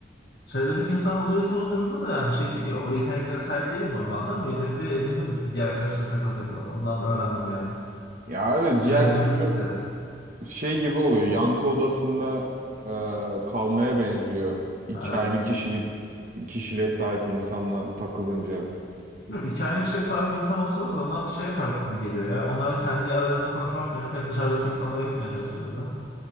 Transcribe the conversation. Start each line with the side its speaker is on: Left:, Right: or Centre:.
Left: Dışarı dönük insan oluyorsun o durumda da yani şey değil ya. O yeteneklere sahip değilim normalde ama o yetenekleri edindim diğer arkadaşlarla takıla takıla. Ondan öğrendim yani.
Right: Ya abi
Left: Dışarı
Right: diğer
Left: dönük
Right: türlü
Left: taktikleri.
Right: Şey gibi oluyor. Yankı odasında e, kalmaya benziyor. İki
Left: Evet.
Right: aynı kişilik kişiliğe sahip insanla takılınca.
Left: Bilmiyorum, iki kişiye sahip insan olsalar da onlar da şey yapar gibi geliyor ya. Onlar da kendi aralarında konuşmak yerine hep dışarıdaki insanlara gitmeye çalışırlar değil mi?